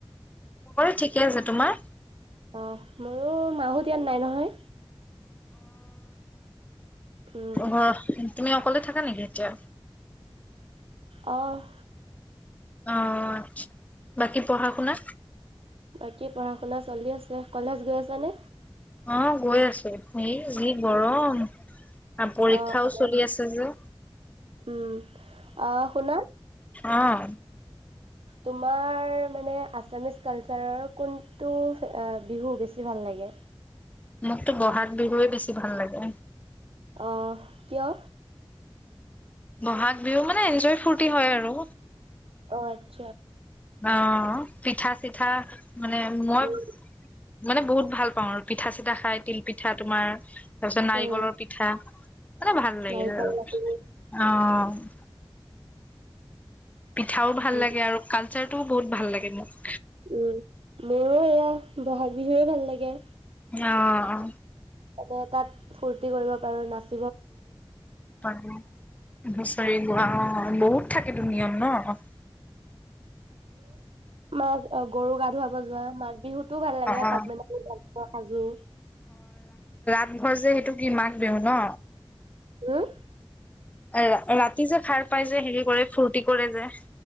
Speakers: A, on the left; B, on the right.
A: সকলো ঠিকে আছে তোমাৰ‌‌?
B: অ মোৰো মাহত ইয়াত নাই নহয় উম,
A: অহ অ তুমি অকলে থাকা নেকি এতিয়া?
B: অ'
A: অ আচ্ছা বাকী পঢ়া শুনা
B: বাকী পঢ়া শুনা চলি আছে কলেজ গৈ আছানে?
A: অ গৈ আছে এই যি গৰম আৰু পৰীক্ষাও
B: অ', অ',
A: চলি আছে যে
B: উম অহ শুনা
A: আহ
B: তোমাৰ মানে আছামিছ কালচাৰৰ কোনটো বিহু বেছি ভাল লাগে
A: মোকতো বহাগ বিহুে বেছি ভাল লাগে
B: অহ কিয়?
A: বহাগ বিহু মানে এনজয় ফূুৰ্তি হয় আৰু
B: অ
A: অ, পিঠা, চিঠা মানে, মই
B: উম,
A: মানে বহুত ভাল পাওঁ আৰু পিঠা -চিঠা খাই তিল পিঠা তোমাৰ তাৰ পিছত নাৰিকলৰ
B: উম,
A: পিঠা, মানে, ভাল লাগে
B: নাৰিকল
A: আৰু
B: লাডু,
A: অ উম- পিঠাও ভাল
B: উম,
A: লাগে, আৰু ক শাৰটোও <unintelligible> বহুত ভাল লাগে মোক,
B: উম, মোৰো এইয়া বহাগ বিহুৱে ভাল লাগে।
A: অ, অ
B: মানে, তাত ফূুৰ্তি কৰিব পৰা নাছিলোঁ।
A: আৰু হুচৰি গোৱা হয় বহুত থাকেতো নিয়ম ন।
B: মাঘ, অ গৰু গা ধুৱাব যোৱা, মাঘ বিহুতো ভাল লাগে,
A: অ
B: তাত মানোলপোৱা সাজো
A: ঘৰ যে, সেইটোক কি মাক দিওঁ ন
B: উম,
A: এ ৰা ৰাতি যে, সাৰ পাই যে, হেৰি কৰে ফূুৰ্তি কৰে যে,